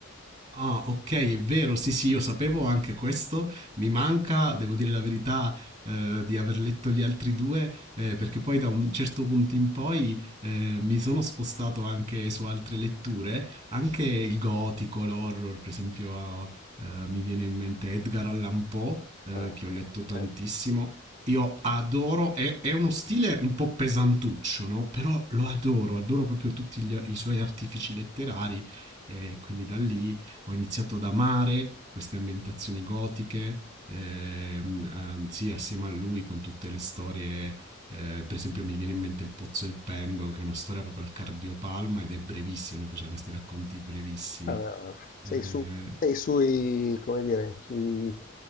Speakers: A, on the right; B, on the left.
A: Ah, ok, è vero, sì, sì, io sapevo anche questo. Mi manca, devo dire la verità, eh, di aver letto gli altri due, eh, perché poi da un certo punto in poi eh, mi sono spostato anche su altre letture, anche il gotico, l'horror, per esempio, ah, eh, mi viene in mente Edgar Allan Poe, eh,
B: Eh,
A: che ho letto tantissimo.
B: eh.
A: Io adoro, è, è uno stile un po' pesantuccio, no? Però lo adoro, adoro proprio tutti gli- i suoi artifici letterari. E quindi da lì ho iniziato ad amare queste ambientazioni gotiche, ehm, ehm, sì, assieme a lui con tutte le storie. Eh, per esempio, mi viene in mente Il Pozzo del Pendolo, che è una storia proprio al cardiopalma ed è brevissima. Lui faceva questi racconti brevissimi.
B: Vabbè, ma sei
A: Eh,
B: su, sei sui, come dire, sui